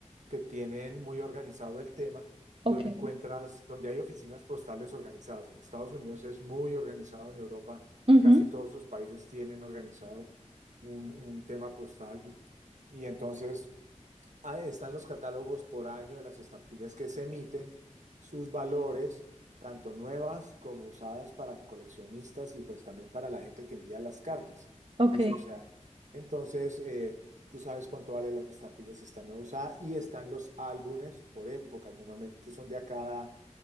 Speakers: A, on the right; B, on the right.
A: que tienen muy organizado el tema, tú
B: Ok.
A: encuentras donde hay oficinas postales organizadas. En Estados Unidos es muy organizado, en Europa
B: Ujú,
A: casi todos sus países tienen organizado un, un tema postal. Y entonces... Ahí están los catálogos por año de las estampillas que se emiten, sus valores, tanto nuevas como usadas para coleccionistas y pues también para la gente que envía las cartas.
B: Ok.
A: eso o sea, entonces eh, tú sabes cuánto vale la estampilla si está nueva usada y están los álbumes por épocas. Normalmente son de a cada,